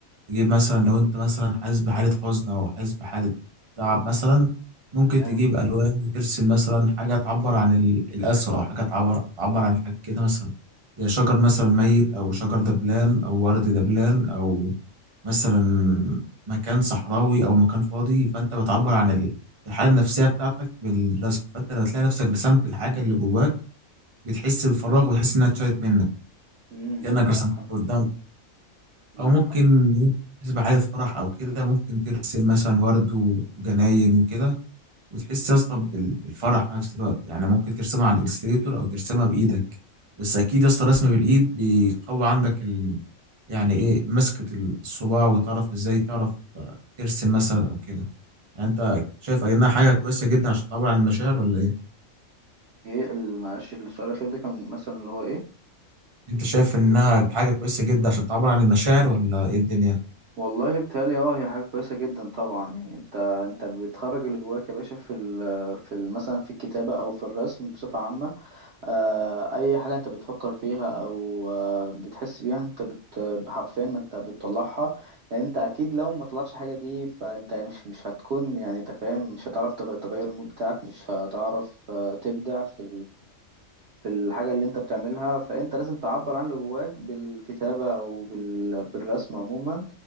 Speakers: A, on the right; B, on the right.
A: تجيب مثلا لو انت مثلا حاسس بحالة حزن او حاسس بحالة تعب مثلا ممكن
B: تمام
A: تجيب الوان وترسم مثلا حاجة تعبر عن ال- القسوة او حاجة تعبر تعبر عن حاجة كده مثلا زي شجر مثلا ميت او شجر دبلان او ورد دبلان او مثلا مكان صحراوي او مكان فاضي فانت بتعبر عن ال- الحالة النفسية بتاعتك بالرسم فانت لما تلاقي نفسك رسمت الحاجة اللي جواك بتحس بفراغ وتحس انها اتشالت منك
B: امم
A: كأنك
B: معاك
A: رسمتها
B: حق
A: قدامك
B: معاك
A: او ممكن
B: حق
A: بالنسبه لحدث فرح او كده ممكن ترسم مثلا ورد وجناين وكده وتحس يا اسطى بال- بالفرح في نفس الوقت يعني ممكن ترسمها على الالستريتور او ترسمها بايدك بس اكيد يا اسطى رسم بالايد بيقوي عندك ال... يعني ايه مسكة الصباع وتعرف ازاي تعرف آه، ترسم مثلا او كده يعني انت شايف انها حاجه كويسه جدا عشان تعبر عن المشاعر ولا ايه
B: ايه ال- معلش السؤال الاخير ده كان مثلا اللي هو ايه
A: انت شايف انها حاجه كويسه جدا عشان تعبر عن المشاعر ولا ايه الدنيا
B: والله بتهيألي اه هي حاجه كويسه جدا طبعا يعني انت انت بتخرج اللي جواك يا باشا في ال في ال- مثلا في الكتابه او في الرسم بصفه عامه آه، اي حاجه انت بتفكر فيها او آه، بتحس بيها انت بت حرفيا ما انت بتطلعها لان انت اكيد لو ما طلعتش حاجه دي فانت مش مش هتكون يعني انت فاهم مش هتعرف تغ- تغير المود بتاعك مش هتعرف آه، تبدع في في الحاجة اللي انت بتعملها فانت لازم تعبر عن اللي جواك بالكتابة او بال... بالرسم عموما